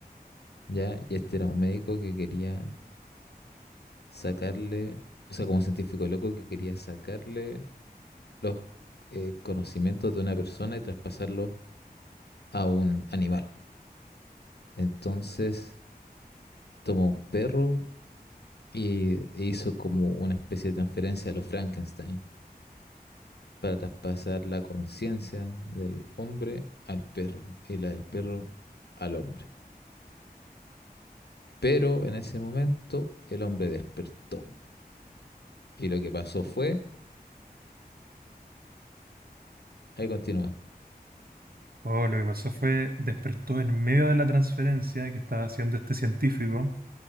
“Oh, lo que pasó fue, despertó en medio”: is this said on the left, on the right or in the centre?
Right